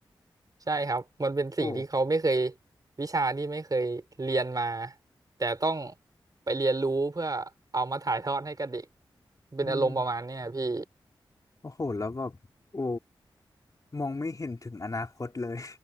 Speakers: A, on the right; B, on the left.
A: ใช่ครับมันเป็นสิ่งที่เขาไม่เคย
B: โอ้
A: วิชาที่ไม่เคยเรียนมาแต่ต้องไปเรียนรู้เพื่อเอามาถ่ายทอดให้กับเด็กเป็นอารมณ์ประมาณเนี้ยพี่
B: อืมโอ้โหแล้วแบบโอ้มองไม่เห็นถึงอนาคตเลย